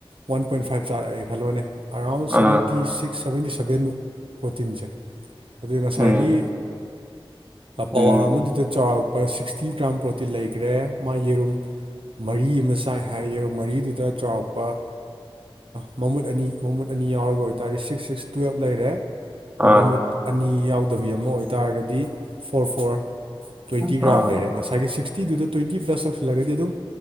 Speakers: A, on the right; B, on the right.
A: ꯋꯥꯟ ꯄꯣꯏꯟ ꯐꯥꯏꯚ ꯆꯥꯔꯛꯑꯦ ꯈꯜꯂꯣꯅꯦ ꯑꯔꯥꯎꯟ
B: ꯑꯥ
A: ꯁꯕꯦꯟꯇꯤ ꯁꯤꯛꯁ ꯁꯕꯦꯟꯇꯤ ꯁꯕꯦꯟꯃꯨꯛ ꯄ꯭ꯔꯣꯇꯤꯟꯁꯦ ꯑꯗꯨ ꯉꯁꯥꯏꯒꯤ
B: ꯎꯝ ꯎꯝ
A: ꯄꯋꯥ ꯑꯃꯗꯨꯗ ꯆꯥꯎꯔ ꯁꯤꯛꯁꯇꯤ ꯒ꯭ꯔꯥꯝ ꯄ꯭ꯔꯣꯇꯤꯟ ꯂꯩꯈ꯭ꯔꯦ ꯃꯥ ꯌꯦꯔꯨꯝ ꯃꯔꯤ ꯑꯃ ꯆꯥꯏ ꯍꯥꯏ ꯌꯦꯔꯨꯝ ꯃꯔꯤꯗꯨꯗ ꯆꯥꯎꯔꯥꯛꯄ ꯃꯃꯨꯠ ꯑꯅꯤ ꯃꯃꯨꯠ ꯑꯅꯤ ꯌꯥꯎꯔꯒ ꯑꯣꯏꯇꯥꯔꯗꯤ ꯁꯤꯛꯁ ꯁꯤꯛꯁ ꯇꯨꯌꯦꯦꯜꯞ ꯂꯩꯔꯦ ꯑꯗꯨ
B: ꯑꯥ
A: ꯃꯃꯨꯠ ꯑꯅꯤ ꯌꯥꯎꯗꯕꯤ ꯑꯃ ꯑꯣꯏꯇꯥꯔꯒꯗꯤ ꯐꯣꯔ ꯐꯣꯔ ꯇ꯭ꯋꯦꯟꯇꯤ ꯒ꯭ꯔꯥꯝꯔ
B: ꯑꯥ
A: ꯉꯁꯥꯏꯒꯤ ꯁꯤꯛꯁꯇꯤꯗꯨꯗ ꯇ꯭ꯋꯦꯟꯇꯤ ꯄ꯭ꯂꯁ ꯇꯧꯁꯤꯜꯂꯒꯗꯤ ꯑꯗꯨꯝ